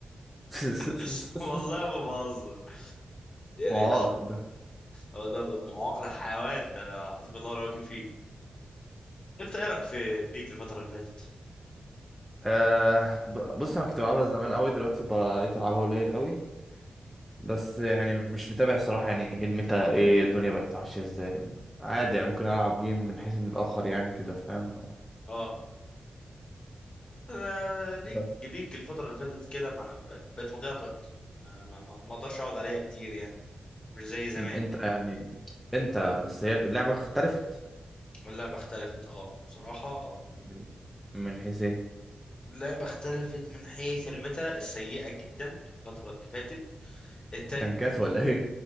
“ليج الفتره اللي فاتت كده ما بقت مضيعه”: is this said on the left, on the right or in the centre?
Left